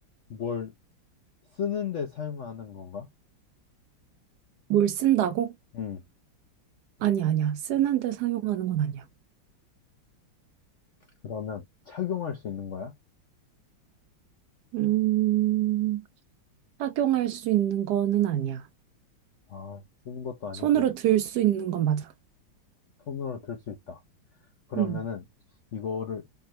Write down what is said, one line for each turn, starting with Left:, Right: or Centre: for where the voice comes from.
Left: 뭘 쓰는데 사용하는 건가?
Right: 뭘 쓴다고?
Left: 음,
Right: 아니, 아니야. 쓰는데 사용하는 건 아니야.
Left: 그러면 착용할 수 있는 거야?
Right: 음, 착용할 수 있는 거는 아니야.
Left: 아, 쓰는 것도 아니고
Right: 손으로 들 수 있는 건 맞아.
Left: 손으로 들 수 있다. 그러면은
Right: 음,
Left: 이거를,